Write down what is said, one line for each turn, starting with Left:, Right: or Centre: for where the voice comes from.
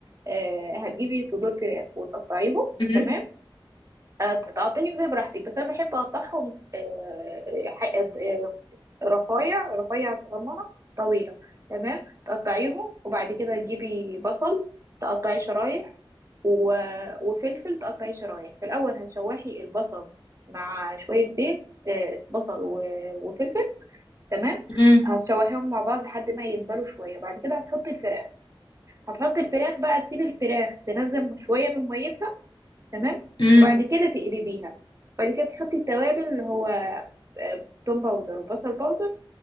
Right: آه، هتجيبي صدور فراخ وتقطعيهم
Left: مم.
Right: تمام آه، تقطعيهم زي براحتك بس انا بحب اقطعهم آه، ح- آه، آه، رفايع رفايع صغننه طويله تمام تقطعيهم وبعد كده تجيبي بصل تقطعي شرايح و- وفلفل تقطعي شرايح في الاول هتشوحي البصل مع شويه زيت آه، بصل و- وفلفل تمام
Left: مم.
Right: هتشوحيهم مع بعض لحد ما يدبلوا شويه بعد كده هتحطي الفراخ هتحطي الفراخ بقى تسيبي الفراخ تنزل شويه من ميتها تمام
Left: مم.
Right: وبعد كده تقلبيها بعد كده تحطي التوابل اللي هو آه، توم باودر وبصل باودر